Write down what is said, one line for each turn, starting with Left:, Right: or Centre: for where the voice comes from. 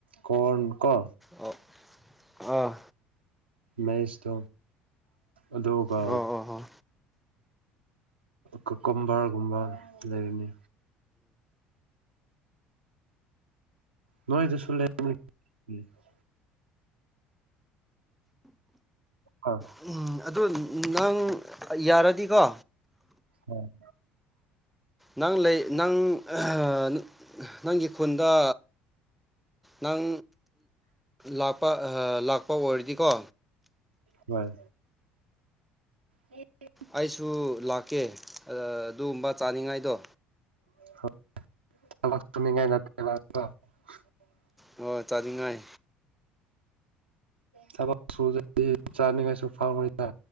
Right: ꯀꯣꯔꯟ ꯀꯣ
Centre: ꯑꯣ ꯑꯥ
Right: ꯃꯦꯏꯁꯇꯣ ꯑꯗꯨꯒ
Centre: ꯑꯣ ꯑꯣ ꯑꯣ
Right: ꯀꯀꯨꯝꯕꯔꯒꯨꯝꯕ ꯂꯩꯔꯤꯅꯤ ꯅꯣꯏꯗꯁꯨ ꯂꯩ <unintelligible> ꯑꯥ
Centre: ꯎꯝ ꯑꯗꯨ ꯅꯪ ꯌꯥꯔꯗꯤꯀꯣ
Right: ꯎꯝ
Centre: ꯅꯪ ꯂꯩ ꯅꯪ ꯑꯍ ꯅꯪꯒꯤ ꯈꯨꯟꯗ ꯅꯪ ꯂꯥꯛꯄ ꯑꯍ ꯂꯥꯛꯄ ꯑꯣꯏꯔꯗꯤꯀꯣ
Right: ꯍꯣꯏ ꯑꯦ
Centre: ꯑꯩꯁꯨ ꯂꯥꯛꯀꯦ ꯑ ꯑꯗꯨꯒꯨꯝꯕ ꯆꯥꯅꯤꯡꯉꯥꯏꯗꯣ
Right: <unintelligible>
Centre: ꯍꯣ ꯆꯥꯅꯤꯡꯉꯥꯏ
Right: ꯊꯕꯛ ꯁꯨꯗ꯭ꯔꯗꯤ ꯆꯥꯅꯤꯉꯥꯏꯁꯨ ꯐꯥꯎꯔꯣꯏꯗ